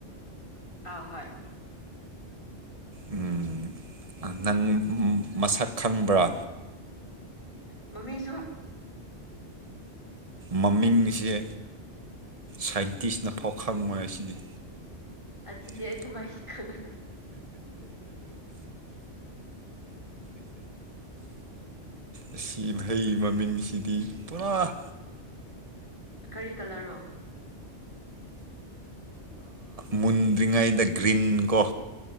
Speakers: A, on the left; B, on the right.
A: ꯑ ꯍꯣꯏ
B: ꯎꯝ ꯅꯪ ꯃꯁꯛ ꯈꯪꯕ꯭ꯔꯥ
A: ꯃꯃꯤ
B: ꯃꯃꯤꯡ ꯑꯩꯁꯦ ꯁꯥꯏꯟꯇꯤꯁꯅꯐꯥꯎ ꯈꯪꯉꯣꯏ ꯑꯁꯤꯗꯤ
A: ꯑꯗꯨꯗꯤ
B: <inaudible>
A: ꯑꯩ ꯀꯃꯥꯏ ꯈꯪꯉꯅꯣ
B: ꯑꯁꯤ ꯃꯍꯩ ꯃꯃꯤꯡꯁꯤꯗꯤ ꯄꯨꯔꯥ
A: ꯀꯔꯤ ꯀꯂꯔꯣ
B: ꯃꯨꯟꯗ꯭ꯔꯤꯉꯩꯗ ꯒ꯭ꯔꯤꯟ ꯀꯣ